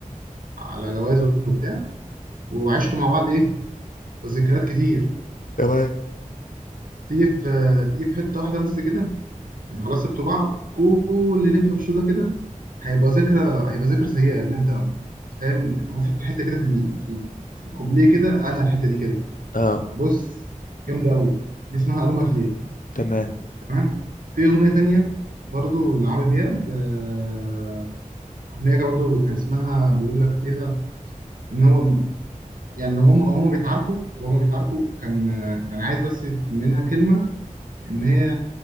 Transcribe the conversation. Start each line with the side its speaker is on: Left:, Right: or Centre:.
Right: على جواز وبتاع وعشتوا مع بعض ايه ذكريات كتير
Left: تمام
Right: تيجي في تيجي في حته واحده بس كده يعني خلاص سبتوا بعض كل اللي انتوا عشتوه ده كده هيبقى ذكرى هيبقى ذكرى سيئه اللي انت فاهم هو في حته كده في ال... في ال- في الكوبليه كده قالها الحته دي كده
Left: اه
Right: بص جامده قوي دي اسمها الومك ليه
Left: تمام
Right: تمام في اغنيه تانيه برضو لعمرو دياب آه، أغنية برضه كان اسمها بيقول لك فيها إن هو يعني هم هم بيتعاركوا وهم بيتعاركوا كان كان عايز بس منها كلمة إن هي